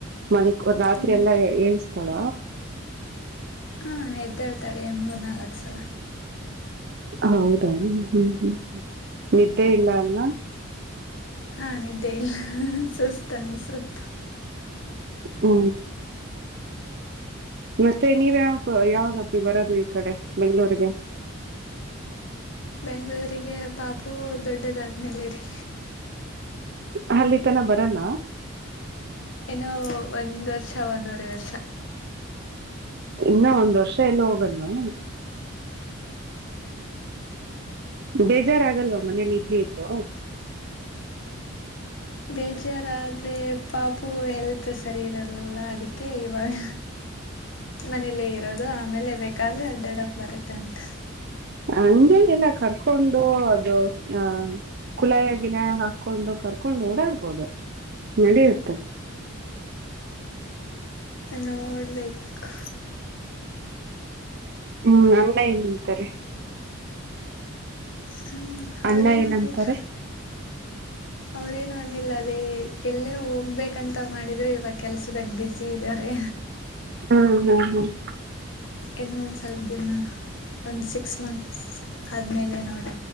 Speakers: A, on the right (about 50°); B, on the left (about 60°).
A: ಮನಕ್ ರಾತ್ರಿ
B: ಹ್ಞೂ
A: ಎಲ್ಲಾ ಹಏಳ್ಸ್ತಾಳ.
B: ಹಾ ಹೆದ್ದೇಳ್ತಾಳೆ ಮೂರ್ ನಾಲ್ಕ್ ಸಲ
A: ಹೌದಾ್ಮ ಹ್ಮ್ ಹ್ಮ್ ನಿದ್ದೆ ಇಲ್ಲ ಅಲ್ವಾ
B: ಹಾ ನಿದ್ದೆ ಇಲ್ಲ ಸುಸ್ತ ಅನ್ ಸತು
A: ಹ್ಮ ಮತ್ತೆ ನೀವ ಯಾವ ಯಾವಾಗಪ್ಪಿ ಬರೋದು ಈ ಕಡೆ ಬೆಂಗ್ಳೂಗೆ.
B: ಬೆಂಗಗಳೂರಿಗೆ ಪಾಪು ದೊಡ್ಡದಾದ್ಮೇಲೆರಿ.
A: ಅಲ್ಲಿ ತನ ಬರಲ್ಲ.
B: ಇನ್ನೋ ಒಂದ ವರ್ಷ ಒಂದವರೆ ವರ್ಷ.
A: ಇನ್ನು ಒಂದ್ ವರ್ಷ ಎಲ್ಲ ಹೋಗಲ್ವಾ. ಬೇಜಾರಾಗಲ್ವಾ ಮನೇಲಿ ಇದ್ದ ಇದ್ದು.
B: ಬೇಜಾರಾದ್ರೆ ಪಾಪು ಹೆಲ್ತ್ ಸರಿ ಇರಲ್ಲಲ್ಲ ಅದಕ್ಕೆ ಇವಾಗ. ಮನೇಲೆ ಇರೋದು ಆಮೇಲೆ ಬೇಕಾದ್ರೆ ಅಡ್ಡಡಪ್ ಬರುತ್ತೆ ಅಂತ.
A: ಹಂಗೇನೆಲ್ಲ ಕರ್ಕೊಂಡು ಅದು ಆ ಕುಳಾಯ ಗಿಲಾಯ ಹಾಕೊಂಡು ಕರ್ಕೊಂಡು ಓಡಾಡ್ಬೋದು ನಡಿಯುತ್ತೆ
B: ನೋಡ್ಬೇಕು
A: ಹ್ಮ್ ಅಣ್ಣ ಏನಂತಾರೆ
B: ಹ್ಮ
A: ಅಣ್ಣ
B: ಅವ್ರೇನು
A: ಏನಂತಾರೆ
B: ಒಂದಿಲ್ಲ ಅವ್ರೇನು ಒಂದಿಲ್ಲ ಅದೇ ಎಲ್ಲೇ ಹೋಗ್ಬೇಕಂತ ಮಾಡಿದ್ರು ಇವಾಗ ಕೆಲ್ಸದಾಗ ಬ್ಯುಸಿ ಇದಾರೆ
A: ಹ್ಮ್ ಹ್ಮ್ ಹ್ಮ್
B: ಇನ್ನ ಒಂದ ಸ್ವಲ್ಪ ದಿನ ಒಂದ ಸಿಕ್ಸ್ ಮಂತ್ಸ್ ಆದ್ಮೇಲೆ ನೋ